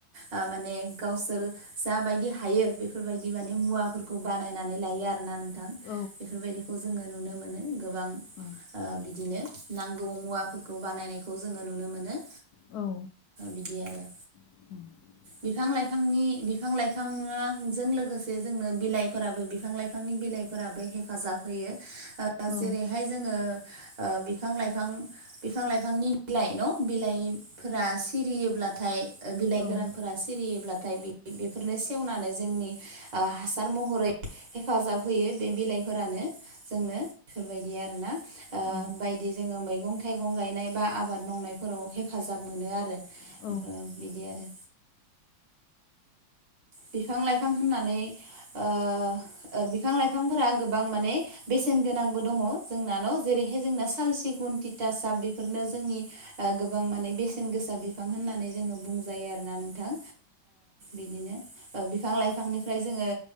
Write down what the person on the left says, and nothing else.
औ
औ
औ
<unintelligible>
औ
औ
औ
औ